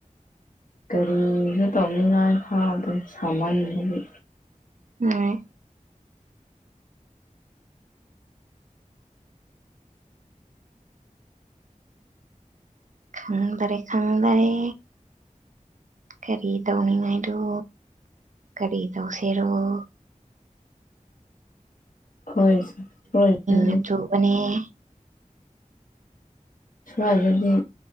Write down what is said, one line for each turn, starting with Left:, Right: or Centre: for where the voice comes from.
Left: ꯀꯔꯤꯁꯨ ꯇꯧꯅꯤꯉꯥꯏ ꯐꯥꯎꯗ ꯁꯥꯃꯟꯗꯨꯒꯤ
Right: ꯍꯣꯏ ꯈꯪꯗꯔꯦ ꯈꯪꯗꯔꯦ ꯀꯔꯤ ꯇꯧꯅꯤꯡꯉꯥꯏꯔꯣ ꯀꯔꯤ ꯇꯧꯁꯦꯔꯨꯣ
Left: ꯍꯣꯏ ꯁꯣꯏꯗꯗꯤ
Right: ꯍꯥꯆ ꯃl <unintelligible>
Left: ꯁ꯭ꯋꯥꯏꯁꯤꯗꯤ